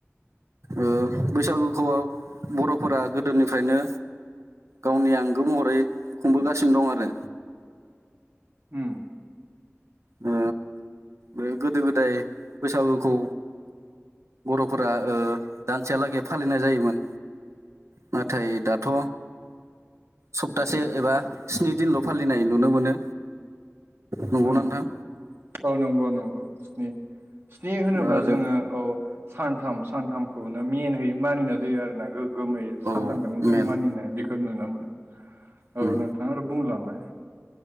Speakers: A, on the right; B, on the right.
A: ओ बैसागुखौ आव बर'फोरा गोदोनिफ्रायनो गावनि आंगो महरै खुंबोगासिनो दं आरो।
B: उम
A: ओ बे गोदो गोदाय बैसागुखौ बर'फोरा दानसेहालागै फालिनाय जायोमोन। नाथाय दाथ' सप्तासे एबा स्नि दिनल' फालिनाय नुनो मोनो नंगौ
B: उम
A: नोंथां।
B: औ नंगौ नंगौ स्नि स्नि होनोब्ला
A: दा आरो
B: जोङो औ। सानथाम सानथामखौनो मेनलि मानिनाय जायो आरोना गोग गोमै सानथामखौनो
A: औ
B: जों
A: मेन
B: मानिनाय बेखौ नुनो मोनो। औ
A: उम
B: नोंथाङा आरो बुंलांलाय